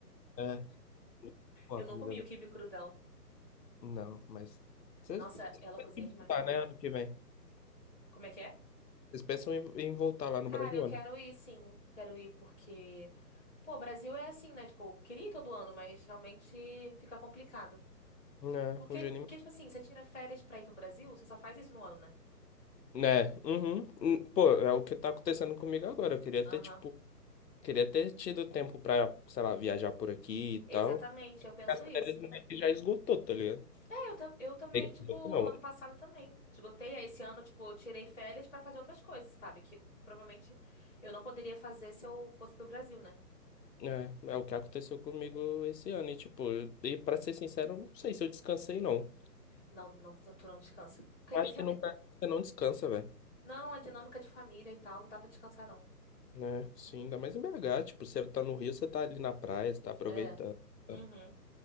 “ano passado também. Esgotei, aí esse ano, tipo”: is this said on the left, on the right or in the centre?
Centre